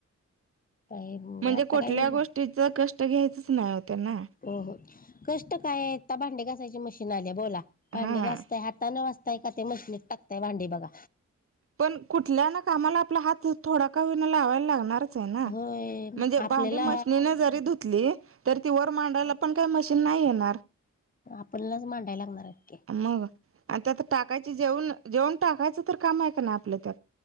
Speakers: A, on the left; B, on the right.
A: काय
B: म्हणजे
A: आता
B: कुठल्या
A: काय वेगळं
B: गोष्टीच कष्ट घ्यायचच नाय हो त्यांना
A: हो हो कष्ट काय आता भांडी घासायची मशीन आल्या बोला भांडी
B: हा
A: घासतय हातान हाय का ते मशिनीत टाकतय भांडी बघा
B: पण कुठल्या ना कामाला आपला हात थोडा का होईना लावायला लागणार च ना
A: होय
B: म्हणजे
A: आपल्याला
B: भांडी मशीन जरी धुतले तर ती वर मांडायला. आपण काही मशीन नाही येणार.
A: आपणलाच मांडायला लागणार आहे.
B: मग आणि त्यात टाकायची जेवण जेवण टाकायचं तर काम आहे का ना आपल्या त्यात.